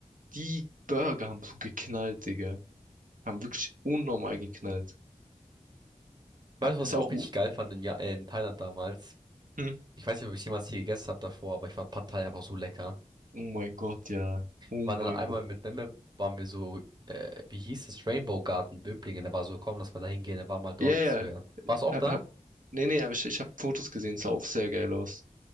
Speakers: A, on the right (about 85°); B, on the right (about 30°).
A: die Burger haben so geknallt, Digga. Haben wirklich unnormal geknallt.
B: Weißt
A: Ah,
B: du,
A: Ist
B: was ich
A: auch
B: auch
A: U.
B: richtig geil fand in, ja in Thailand damals?
A: Hm?
B: Ich weiß nicht, ob ich jemals hier gegessen habe davor, aber ich fand Pad Thai einfach so lecker.
A: Oh mein Gott, ja. Oh
B: waren
A: mein
B: dann einmal
A: Gott.
B: mit Memme, waren wir so, äh, wie hieß es, Rainbow Garden Böblingen. Er war so, komm, lass mal da hingehen. Er war mal dort.
A: Ja, ja.
B: Ich so, ja. Warst du auch
A: Hab,
B: da?
A: hab, nee, nee, aber ich, ich habe Fotos gesehen. Sah auch sehr geil aus.